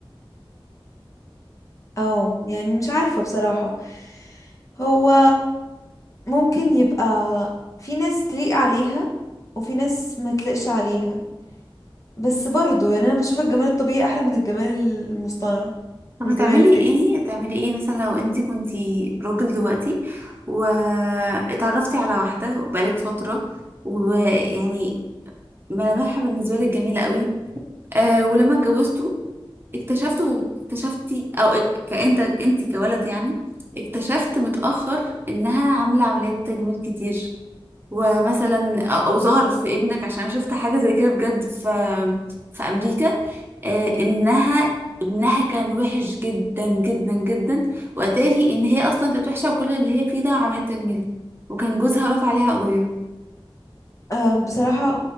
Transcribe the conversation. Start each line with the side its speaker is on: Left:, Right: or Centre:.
Left: اه يعني مش عارفة بصراحة هو ممكن يبقى في ناس تليق عليها وفي ناس ما تليقش عليها بس برضو يعني انا بشوف الجمال الطبيعي احلى من الجمال المصطنع
Right: طب
Left: والجمال
Right: هتعملي
Left: الفيك
Right: ايه هتعملي ايه مثلا لو انت كنتي راجل دلوقتي واتعرفتي على واحدة بقالك فترة ويعني ملامحها بالنسبة لك جميلة قوي آه ولما اتجوزتوا اكتشفتوا اكتشفتي او اك- كأنت انت كولد يعني اكتشفت متأخر انها عاملة عمليات تجميل كتير ومثلا او ظهر في ابنك عشان أنا شفت حاجه زي كده بجد في في امريكا آه، انها ابنها كان وحش جدا جدا جدا واتاري ان هي اصلا كانت وحشه وكل اللي هي فيه ده عمليات تجميل وكان جوزها رافع عليها قضيه
Left: أه بصراحة